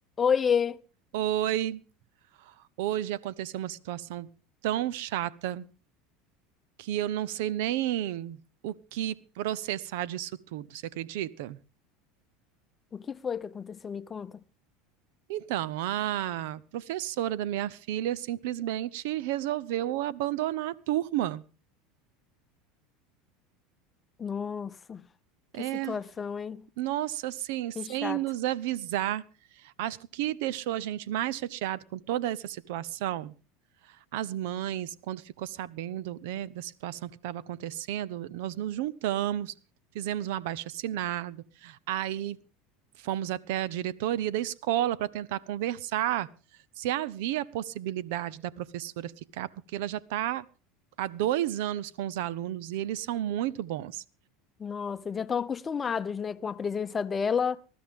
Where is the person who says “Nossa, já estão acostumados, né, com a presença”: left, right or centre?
Left